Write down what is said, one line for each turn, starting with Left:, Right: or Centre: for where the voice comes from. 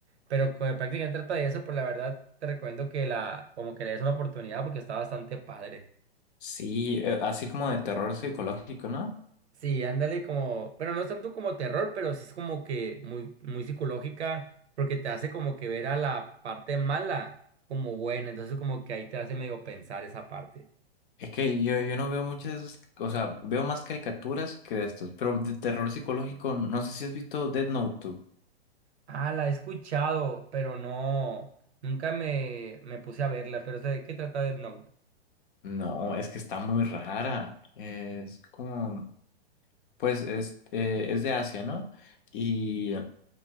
Right: Pero como prácticamente trata de eso, pues la verdad te recomiendo que la, como que le des una oportunidad porque está bastante padre.
Left: Sí, eh, así como de terror psicológico, ¿no?
Right: Sí, ándale como, pero no es tanto como terror, pero sí es como que muy, muy psicológica porque te hace como que ver a la parte mala como buena, entonces como que ahí te hace medio pensar esa parte.
Left: Es que yo, yo no veo muchas, o sea, veo más caricaturas que de estos, pero de terror psicológico, no sé si has visto Dead Note 2.
Right: Ah, la he escuchado, pero no, nunca me, me puse a verla, pero sé de qué trata Death Note.
Left: No, es que está muy rara. Es como, pues es, eh, es de Asia, ¿no? Y